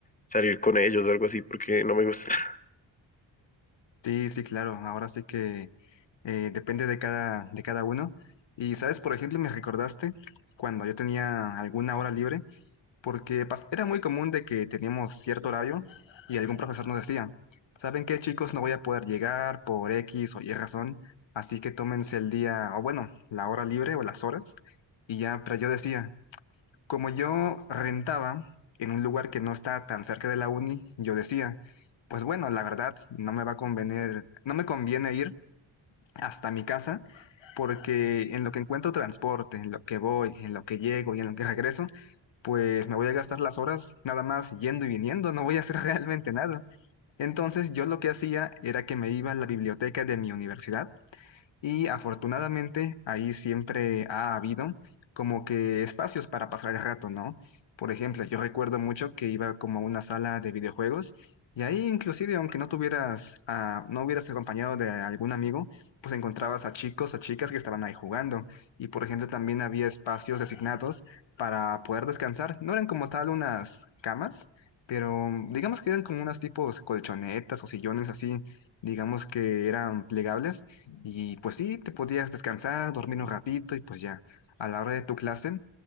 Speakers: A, on the left; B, on the left.
A: salir con ellos o algo así porque no me gusta. <laughs>
B: Sí, sí, claro. Ahora sí que eh, depende de cada, de cada uno. Y, ¿sabes? Por ejemplo, me recordaste cuando yo tenía alguna hora libre, porque pas- era muy común de que teníamos cierto horario y algún profesor nos decía, ¿saben qué, chicos? No voy a poder llegar por X o Y razón, así que tómense el día, o bueno, la hora libre o las horas. Y ya, pero yo decía, como yo rentaba en un lugar que no está tan cerca de la uni, yo decía, pues bueno, la verdad, no me va a convenir, no me conviene ir hasta mi casa, porque en lo que encuentro transporte, en lo que voy, en lo que llego y en lo que regreso, pues me voy a gastar las horas nada más yendo y viniendo, no voy a hacer <laughs> realmente nada. Entonces yo lo que hacía era que me iba a la biblioteca de mi universidad y afortunadamente ahí siempre ha habido como que espacios para pasar el rato, ¿no? Por ejemplo, yo recuerdo mucho que iba como a una sala de videojuegos y ahí inclusive aunque no tuvieras, ah, no hubieras acompañado de algún amigo, pues encontrabas a chicos, a chicas que estaban ahí jugando. Y por ejemplo también había espacios designados para poder descansar. No eran como tal unas camas, pero digamos que eran como unas tipos colchonetas o sillones así, digamos que eran plegables y pues sí, te podías descansar, dormir un ratito y pues ya, a la hora de tu clase,